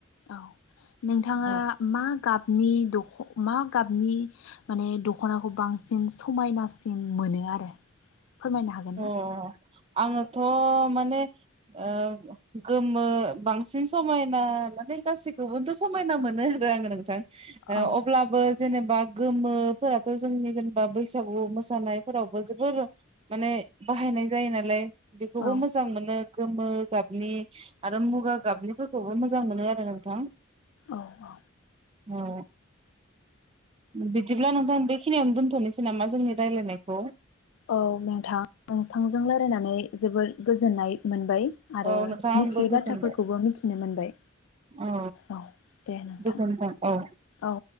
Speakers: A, on the left; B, on the right.
A: औ नोंथाङा
B: औ
A: मा गाबनि दख' मा गाबनि माने दख'नाखौ बांसिन समायनासिन मोनो आरो। फोरमायनो हागोन
B: अ
A: ना?
B: आङोथ' माने ओ गोमो बांसिन समायना माने गासैखौबोथ' समायना मोनो। रो आंङो नोंथां ओ
A: औ
B: अब्लाबोज जेनेबा गोमोफोराथ' जोंनि जेनेबा बैसागु मोसानायफोरावबो जोबोर। माने बाहायनाय जायो नालाय। बेखौबो
A: औ
B: मोजां मोनो। गोमो गाबनि आरो मुगा गाबनिफोरखौबो मोजां मोनो आरो नोंथां।
A: औ औ।
B: अ बिदिब्ला नोंथां बेखिनियावनो दोनथ'नोसै नामा जोंनि राय्लायनायखौ।
A: औ नोंथां नोंथांजों रायलायनानै जोबोर गोजोननाय मोनबाय। आरो
B: औ नोंथाङा
A: मिथियै
B: आंबो गोजोनबाय
A: बाथ्राफोरखौबो मिथिनो मोनबाय।
B: औ
A: औ दे नोंथां।
B: गोजोनथों औ।
A: औ